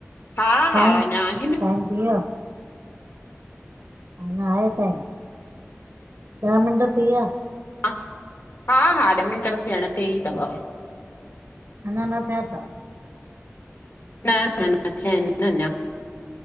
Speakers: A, on the left (about 55°); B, on the right (about 65°).
A: हा हा,
B: टाइम
A: अञा आहिनि।
B: टाइम थी व्यो? अञां आहे टाईम, ॾह मिंट थी विया?
A: ह हा हा ॾह मिंट बस थियणं तेई तव।
B: अञां न थिया तव?
A: न न न थिया इनि न अंञां,